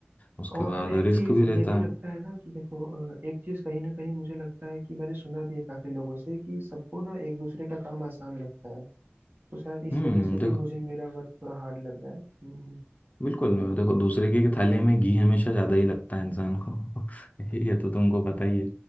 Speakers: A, on the left; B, on the right.
A: उसके
B: और
A: बाद
B: एक
A: रिस्क
B: चीज
A: भी रहता
B: ये भी लगता
A: है
B: है ना कि देखो अ, एक चीज कहीं ना कहीं मुझे लगता है कि मैंने सुना भी है काफी लोगों से कि सबको ना एक दूसरे का काम आसान लगता है तो शायद इस
A: हम्म
B: वजह से भी
A: देखो
B: मुझे मेरा वर्क थोड़ा हार्ड लग रहा है हम्म हम्म।
A: बिल्कुल देखो दूसरे की थाली में घी हमेशा ज़्यादा ही लगता है इंसान को <laughs> ये तो तुमको पता ही है